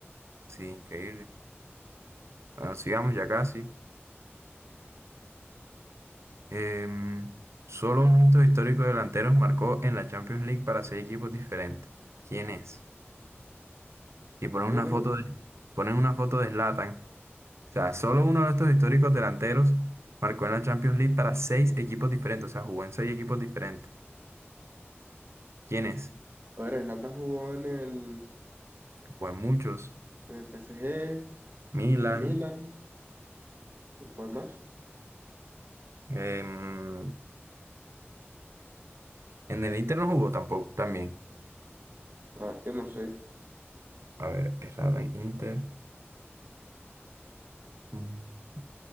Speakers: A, on the right; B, on the right.
A: Sí, increíble. Bueno, sigamos ya casi. Em, solo un hito histórico de delanteros marcó en la Champions League para seis equipos diferentes. ¿Quién es? Y ponen
B: ¿Cómo,
A: una
B: cómo?
A: foto de, ponen una foto de Zlatan. O sea, solo uno de estos históricos delanteros marcó en la Champions League para seis equipos diferentes. O sea, jugó en seis equipos diferentes. ¿Quiénes?
B: A ver, Zlatan jugó en el,
A: Jugó en muchos.
B: en el PSG,
A: Milan.
B: el Milan, ¿en ¿cuál más?
A: em, en el Inter no jugó tampoco, también.
B: La verdad es que no sé.
A: A ver, errada en Inter. Mm.